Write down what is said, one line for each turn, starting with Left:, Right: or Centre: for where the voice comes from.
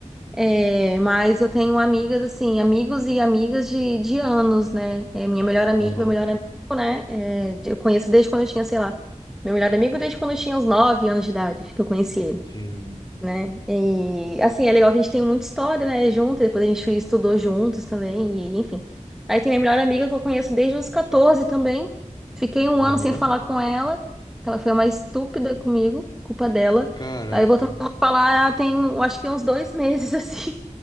Centre: É, mas eu tenho amigas, assim, amigos e amigas de, de anos, né? É, minha melhor amiga,
Left: Aham,
Centre: meu melhor amigo, né? É, de- eu conheço desde quando eu tinha, sei lá, meu melhor amigo desde quando eu tinha uns 9 anos de idade, que eu conheci ele
Left: sim.
Centre: né? E assim, é legal que a gente tem muita história, né, junto, e depois a gente estudou juntos também, e enfim. Aí tem minha melhor amiga que eu conheço desde os 14 também. Fiquei um
Left: Aham.
Centre: ano sem falar com ela, que ela foi a mais estúpida comigo, culpa dela.
Left: Caraca,
Centre: Aí voltamos a falar ah, tem, eu acho que uns dois meses <laughs> assim.